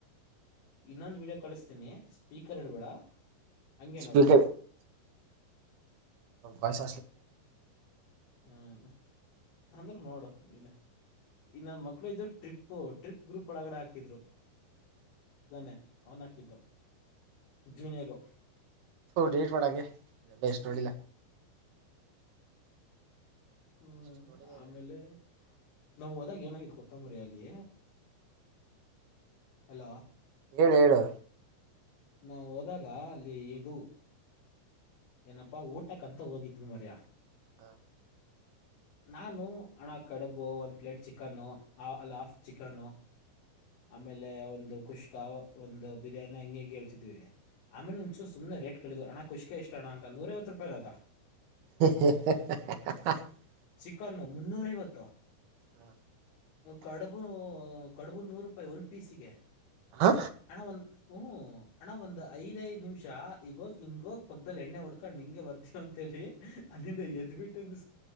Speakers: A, on the left (about 60°); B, on the right (about 60°).
A: ಇನ್ನೊಂದು ವಿೀಡಿಯೋ ಕಳಿಸ್ತೀನಿ ಸ್ಪೀಕರ್ ಇಡ್ಬೇಡ ಹಂಗೆ
B: ಸ್ಪೀಕರ್
A: ನೋಡು
B: ವಯಸ
A: ಹ್ಮ ಅಂದ್ರ ನೋಡು ನ ಈ ನನ್ನ ಮಕ್ಳು ಇದ್ ಟ್ರಿಪ್ ಟ್ರಿಪ್ ಗ್ರೂಪ್ ಒಳಗಡೆ ಹಾಕಿದ್ರು <unintelligible> ಜುನಿಯರೋ
B: ಥು ಡಿಲೀಟ್ ಮಾಡು ಹಂಗೆ ಇವೆಲ್ಲ ಎಷ್ಟು ನೋಡಿಲ್ಲ
A: ಹ್ಮ್
B: ಎಷ್ಟು ನೋಡಿಲ್ಲ
A: ಆಮೇಲೆ
B: ಇವೆಲ್ಲ
A: ನಾ್ ಹೋದಾಗ ಏನಾಗಿದೆ ಕೊತ್ತಂಬರಿ ಅಲ್ಲಿ ಅಲ
B: ಏಳು ಹೇಳಏಳು
A: ನಾವು ಹೋದಾಗ ಅಲ್ಲಿ ಇದು ಏನಪ್ಪಾ ಊಟ ಕಂತ ಹೋಗಿದ್ವಿ ಮರ್ಯ
B: ಹ
A: ನಾನು ಹಣ ಕಡುಬು ಒಂದು ಪ್ಲೇಟ್ ಚಿಕನ್ನು ಅಲ್ಲ ಹಾಫ್ ಚಿಕನ್ನು ಆಮೇಲೆ ಒಂದು ಕುಷ್ಕ ಒಂದು ಬಿರಿಯಾನಿ ಹಂಗ ಹಂಗ ಹೇಳ್ತಿದ್ವಿ ಆಮೇಲೆ ಒಂಚೂು ಸುಮ್ಮನೆ ರೇಟ್ ಕೇಳಳಿದು ಅಣ ಖುಷಿಗೆ ಎಷ್ಟ ಅಣ ಅಂತ ನೂರೈವತ್ತು ರೂಪಾಯಿ ಅದ
B: ಹ
A: ಚಿಕನ್ನು ಮುನ್ನೂರೈಐವತ್ತು
B: ಹ್ಮ
A: ಕಡುಬು ಕಡುಬು ನೂರು ರೂಪಾಯಿ ಒಂದು ಪೀಸಿಗೆ
B: ಹಾ
A: ಅಣ್ಣ ಒಂದು ಹ್ ಹಣ ಒಂದು್ ಐದೈದು ನಿಮಿಷ ಚಾ ಈಗೋಗ ಹಿಂಗೋಗ್ ಪಕ್ಕದಲ್ಲಿ ಎಣ್ಣೆ ಹೊಡ್ಕೊಂಡ್ ನಿಂಗೆ ಬರ್ತೀವ ಅಂತೇಳಿ ಅಲ್ಲಿಂದ ಎದ್ ಬಿಟ್ಟಂಗ